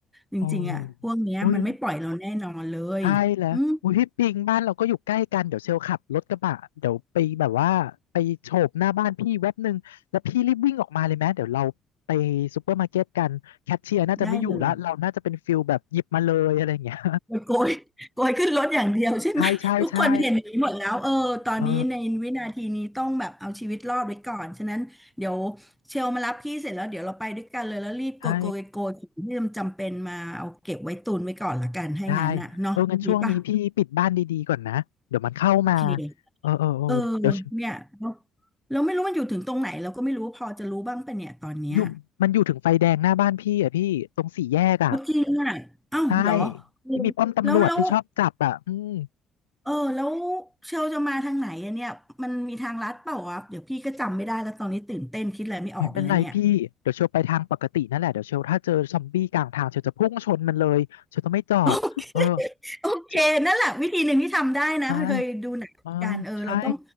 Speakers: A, in the centre; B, on the left.
A: จริงๆอะพวกเนี้ยมันไม่ปล่อยเราแน่นอนเลยอืม
B: โอ้อุ้ยใช่แล้วอุ้ยพี่ปิงบ้านเราก็อยู่ใกล้กันเดี๋ยวเชลขับรถกระบะเดี๋ยวไปแบบว่าไปโฉบหน้าบ้านพี่แว็บหนึ่งแล้วพี่รีบวิ่งออกมาเลยไหมเดี๋ยวเราไปซูเปอร์มาร์เก็ตกันแคชเชียร์น่าจะไม่อยู่ละเราน่าจะเป็นฟิลแบบหยิบมาเลยอะไรอย่างเงี้ย
A: ได้เลย มันโกยโกยขึ้นรถอย่างเดียวใช่ไหม
B: ใช่ใช่ใช่
A: <laughs> ทุกคนเห็นอย่างนี้หมดแล้วเออตอนนี้ในวินาทีนี้ต้องแบบเอาชีวิตรอดไว้ก่อนฉะนั้นเดี๋ยว
B: เออ
A: เชลมารับพี่เสร็จแล้วเดี๋ยวเราไปด้วยกันเลยแล้วรีบโกยโกยโกยของที่มันจำเป็นมาเอาเก็บไว้ตุนไว้ก่อนละกันให้งั้นน่ะเนาะดีป่ะ
B: ใช่ได้เอองั้นช่วงนี้พี่ปิดบ้านดีๆก่อนนะเดี๋ยวมันเข้ามา
A: โอเค
B: เออเออเออเดี๋ยว
A: เออเนี่ยแล้วแล้วไม่รู้มันอยู่ถึงตรงไหนเราก็ไม่รู้พอจะรู้บ้างปะเนี่ยตอนเนี้ย
B: อยู่มันอยู่ถึงไฟแดงหน้าบ้านพี่อ่ะพี่ตรงสี่แยกอ่ะ
A: เอาจริงอ่ะเอ้าวเหรอ
B: ใช่
A: เออ
B: ที่มีป้อมตำรวจที่ชอบจับอ่ะอืม
A: แล้วแล้ว เออแล้วเชลจะมาทางไหนอะเนี่ยมันมีทางลัดเปล่าวะเดี๋ยวพี่ก็จำไม่ได้แล้วตอนนี้ตื่นเต้นคิดอะไรไม่ออกไปแล้วเนี่ย
B: ไม่เป็นไรพี่เดี๋ยวเชลไปทางปกตินั่นแหละเดี๋ยวเชลถ้าเจอซอมบี้กลางทางเชลจะพุ่งชนมันเลยเชลจะไม่จอดเออ
A: <laughs> โอเคโอเคนั่นแหละวิธีหนึ่งที่ทำได้นะเคยดูหนังกันเออเราต้อง
B: เชลใช่เออใช่